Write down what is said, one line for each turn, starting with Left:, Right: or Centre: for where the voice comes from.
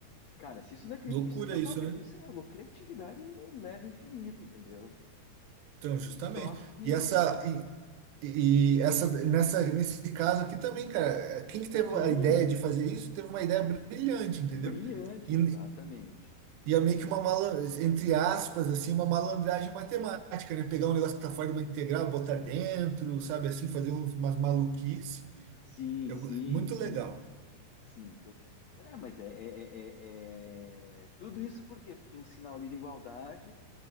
Left: Cara, se isso não é, cri-
Right: Loucura
Left: isso é total,
Right: isso,
Left: cri-
Right: né?
Left: isso é lo- criatividade leva infinito, entendeu?
Right: Então, justamente.
Left: Só que,
Right: E essa e, e essa nessa nesse caso aqui também, cara, quem que teve
Left: sim,
Right: a ideia de fazer isso, teve uma ideia brilhante,
Left: brilhante,
Right: entendeu? E,
Left: exatamente.
Right: E é meio que uma mala, entre aspas, assim, uma malandragem matemática, né? Pegar um negócio que tá fora de uma integral, botar dentro, sabe assim, fazer uns, umas maluquices.
Left: Sim,
Right: É
Left: sim,
Right: go- muito
Left: sim,
Right: legal,
Left: sim. Tô- É, mas é, é- é- é- é- Tudo isso por quê? Porque tem um sinal ali de igualdade